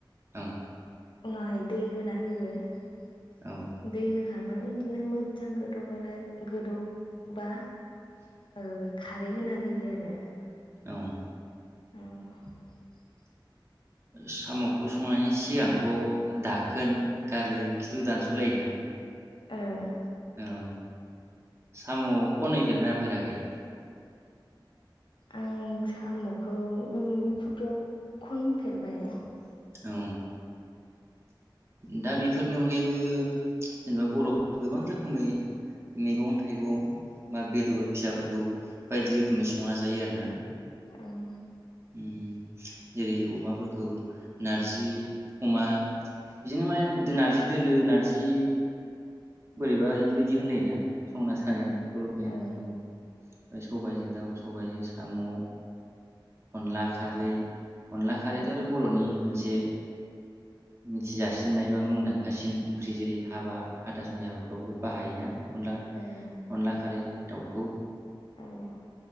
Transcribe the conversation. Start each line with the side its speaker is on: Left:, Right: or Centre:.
Right: ओं
Left: उनावहाय दै होना होयो ।
Right: औ
Left: दै हो होखांनानै बिदिनो मोजां गोदौबोला गोदौबा ओ खारै होना होयो आरो ।
Right: उम्म
Left: उम्म
Right: साम'खौ संनायनि सिगांथ' दाखोन गारो खिथु दानस'लायोना?
Left: ओं
Right: औ साम' खनै फेरदोना फेराखै?
Left: आं साम'खौ न'नि फुख्रियाव खनफेर बाय
Right: औ दा बेफोरनि अनगायैबो जेनेबा बर'फ गोबां रोखोमै मैगं थाइगं बा बेदर फिसाफोरखौ बायदि रोखोमै संना जायो आरोना ।
Left: ओं
Right: उम्म जेरै अमाफोरखौ नार्जि अमा बिदिनो माने नार्जि दोलो नार्जि बोरैबा इदि बायदि होनलायोना । संना साराया
Left: ओं
Right: बर'निया
Left: ओं
Right: औ । सबायजों दाउ, सबायाइजों साम', अनला खारै । अनला खारियाथ'
Left: ओं
Right: आरो बर'नि मोनसे मोनसे मिथिजासिननाय बा मुंदांखासिन ओंख्रि । जेरै हाबा हाथासुनि हाबाफ्रावबो बाहायोना । अनला
Left: ओं
Right: अनला खारै । दाउखौ
Left: ओं